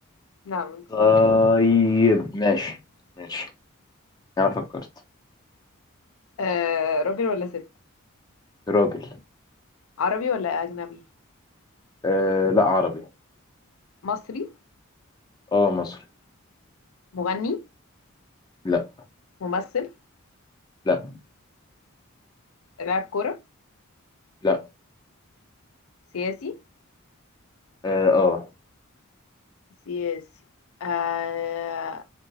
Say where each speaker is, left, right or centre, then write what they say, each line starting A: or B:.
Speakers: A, on the left; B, on the left.
A: نعم من كولومبيا
B: طيب ماشي ماشي انا فكرت
A: آه راجل ولا ست
B: راجل
A: عربي ولا أجنبي
B: آه لا عربي
A: مصري
B: اه مصري
A: مغني
B: لا
A: ممثل
B: لا
A: لاعب كرة
B: لا
A: سياسي
B: اه آه.
A: سياسي آه